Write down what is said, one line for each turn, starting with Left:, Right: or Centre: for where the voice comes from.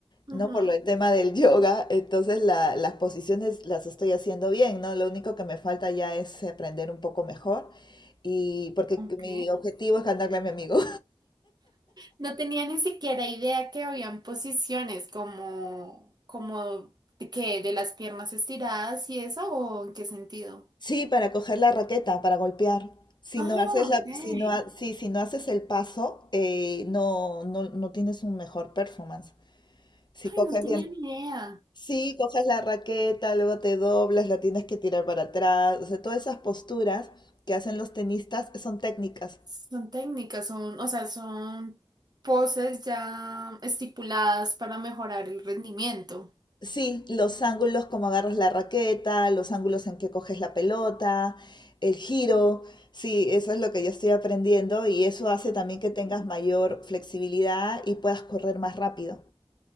Right: Ujú,
Left: ¿no? Por lo el tema del yoga, entonces la- las posiciones las estoy haciendo bien, ¿no? Lo único que me falta ya es aprender un poco mejor y porque
Right: ok.
Left: mi objetivo es ganarle a mi amigo.
Right: No tenía ni siquiera idea que habían posiciones como, como de que de las piernas estiradas y eso, o en qué sentido.
Left: Sí, para coger la raqueta, para golpear. Si no
Right: Ah,
Left: haces la,
Right: ok.
Left: si
Right: Ay,
Left: no, ha- sí, si no haces el paso, eh, no, no, no tienes un mejor performance. Si coges
Right: no tenía
Left: bien,
Right: ni idea.
Left: sí, coges la raqueta, luego te doblas, la tienes que tirar para atrás. O sea, todas esas posturas que hacen los tenistas son técnicas.
Right: Son técnicas, son, o sea, son poses ya estipuladas para mejorar el rendimiento.
Left: Sí, los ángulos como agarras la raqueta, los ángulos en que coges la pelota, el giro. Sí, eso es lo que yo estoy aprendiendo y eso hace también que tengas mayor flexibilidad y puedas correr más rápido.